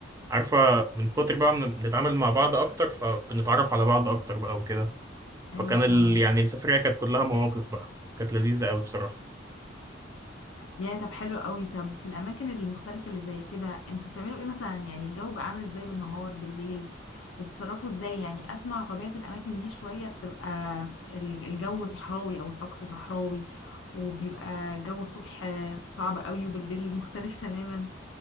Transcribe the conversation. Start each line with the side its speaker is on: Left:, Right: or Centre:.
Right: وعارفه من كتر بقى ما بنتعامل مع بعض اكتر فبنتعرف على بعض اكتر بقى وكده
Left: ايوه
Right: فكان
Left: فاهمة
Right: ال يعني السفريه كانت كلها مواقف بقى كانت لذيذه قوي بصراحه
Left: يا طب حلو قوي طب في الاماكن المختلفه اللي زي كده انتوا بتعملوا ايه مثلا يعني الجو بقى عامل ازاي بالنهار بالليل بتتصرفوا ازاي يعني اسمع طبيعه الاماكن دي شويه بتبقى ال- الجو صحراوي او الطقس صحراوي وبيبقى جو الصبح صعب قوي وبالليل مختلف <laughs> تماما